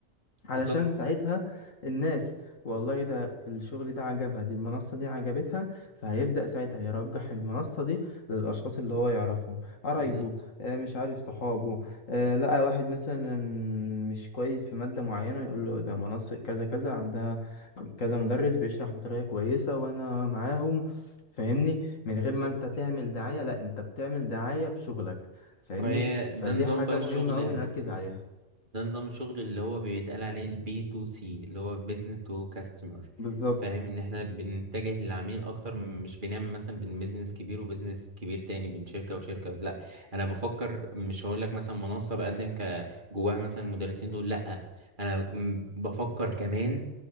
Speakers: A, on the left (about 75°); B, on the right (about 40°).
A: علشان
B: بالظبط
A: ساعتها الناس والله ده الشغل ده عجبها دي المنصة دي عجبتها فهيبدأ ساعتها يرجح المنصة دي للأشخاص اللي هو يعرفهم قرايبه
B: بالظبط
A: آه، مش عارف صحابه آه، لقى واحد مثلا مش كويس في مادة معينة يقول له ده منصة كذا كذا عندها كذا مدرس بيشرح بطريقة كويسة وأنا معاهم فاهمني من غير
B: بالظبط
A: ما انت تعمل دعاية لا انت بتعمل دعاية بشغلك فاهمني
B: ما هي
A: فدي
B: ده نظام
A: حاجة
B: بقى الشغل
A: مهمة أوي نركز عليها
B: ده نظام الشغل اللي هو بيتقال عليه البي تو سي اللي هو بيزنس تو كاستمر
A: بالظبط
B: فاهم ان احنا بنتجه للعميل اكتر مش بنعمل مثلا بين بيزنس كبير وبيزنس كبير تاني بين شركة وشركة لا انا بفكر مش هقول لك مثلا منصة بقدم ك جواها مثلا المدرسين دول لا انا م- بفكر كمان